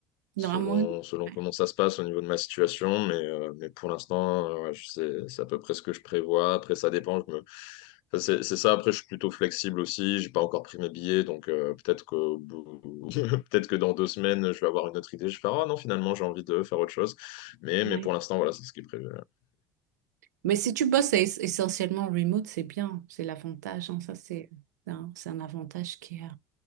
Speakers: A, on the right; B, on the left.
A: Normalement,
B: selon, selon
A: ouais.
B: comment ça se passe au niveau de ma situation. Mais, euh, mais pour l'instant, euh, ouais, je- c'est c'est à peu près ce que je prévois. Après, ça dépend. je me- enfin, c'est c'est ça. Après, je suis plutôt flexible aussi. J'ai pas encore pris mes billets. Donc, euh, peut-être que, au bout- <laughs> peut-être que dans deux semaines, je vais avoir une autre idée. Je vais faire, ah non, finalement, j'ai envie de faire autre chose. Mais, mais
A: Ouais.
B: pour l'instant, voilà, c'est ce qui est prévu.
A: Mais si tu bosses es- essentiellement remote, c'est bien, c'est l'avantage, hein. Ça, c'est c'est un, c'est un avantage qui est... euh,